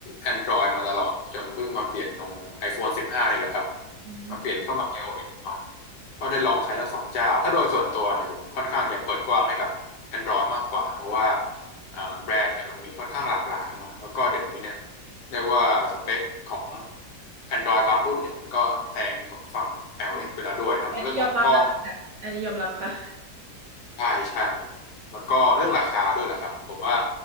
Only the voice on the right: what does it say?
อืมค่ะ
ใช่
อันนี้ยอมรับนะคะแบบอันนี้ยอมรับค่ะ